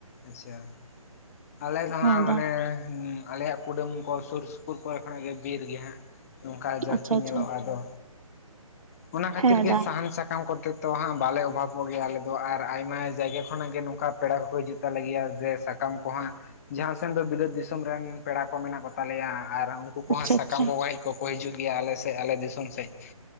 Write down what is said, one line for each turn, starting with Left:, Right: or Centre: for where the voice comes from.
Left: ᱟᱪᱪᱷᱟ ᱟᱞᱮ ᱫᱚ
Right: ᱦᱮᱸ
Left: ᱦᱟᱸᱜ ᱢᱟᱱᱮ
Right: ᱫᱟ
Left: ᱟᱞᱮᱭᱟᱜ ᱠᱩᱰᱟᱹᱢ ᱠᱚ ᱥᱩᱨ ᱥᱩᱯᱩᱨ ᱠᱚᱨᱮ ᱠᱷᱚᱱᱟᱜ ᱜᱮ ᱵᱤᱨᱜᱮ ᱦᱟᱸᱜ ᱱᱚᱝᱠᱟ ᱡᱟᱹᱥᱛᱤ
Right: ᱟᱪᱪᱷᱟ
Left: ᱧᱮᱞᱚᱜᱼᱟ
Right: ᱟᱪᱪᱷᱟ
Left: ᱟᱫᱚ ᱚᱱᱟ ᱠᱷᱟᱹᱛᱤᱨ
Right: ᱦᱮᱸ
Left: ᱜᱮ
Right: ᱫᱟ
Left: ᱥᱟᱦᱟᱱ ᱥᱟᱠᱟᱢ ᱠᱚᱛᱮ ᱱᱤᱛᱚᱜ ᱦᱟᱸᱜ ᱵᱟᱞᱮ ᱚᱵᱷᱟᱵᱚᱜ ᱜᱮᱭᱟ ᱟᱞᱮᱫᱚ ᱟᱨ ᱟᱭᱢᱟ ᱡᱟᱭᱜᱟ ᱠᱷᱚᱱᱟᱜ ᱜᱮ ᱱᱚᱝᱠᱟ ᱯᱮᱲᱟ ᱠᱚᱠᱚ ᱦᱤᱡᱩᱜ ᱠᱟᱱᱟ <unintelligible> ᱡᱮ ᱥᱟᱠᱟᱢ ᱠᱚᱦᱚᱸ ᱡᱟᱦᱟᱸ ᱥᱮᱱ ᱫᱚ ᱵᱤᱞᱟᱹᱛ ᱫᱤᱥᱚᱢ ᱨᱮᱱ ᱯᱮᱲᱟ ᱠᱚ ᱢᱮᱱᱟᱜ ᱠᱚᱛᱟᱞᱮᱭᱟ ᱟᱨ ᱩᱱᱠᱩ ᱠᱚᱦᱚᱸ
Right: ᱟᱪᱪᱷᱟ
Left: ᱥᱟᱠᱟᱢ
Right: ᱟᱪᱪᱷᱟ
Left: ᱠᱚ ᱦᱮᱡ ᱠᱚᱠᱚ ᱦᱤᱡᱩᱜ ᱜᱮᱭᱟ ᱟᱞᱮ ᱥᱮᱫ ᱟᱞᱮ ᱫᱤᱥᱚᱢ ᱥᱮᱫ